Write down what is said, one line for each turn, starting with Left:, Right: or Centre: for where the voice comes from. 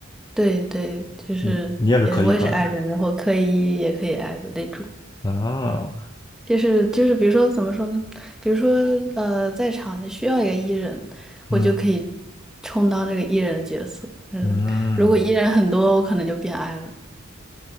Centre: 对对，就是也我也是
Left: 嗯，你也是可一可爱
Centre: i 人，然后可以也可以 i 的那种，
Left: 啊，
Centre: 就是就是比如说怎么说呢？比如说呃，在场需要一个 e 人，
Left: 嗯
Centre: 我就可以充当这个 e 人的角色。嗯，
Left: 嗯，
Centre: 如果 e 人很多，我可能就变 i 了。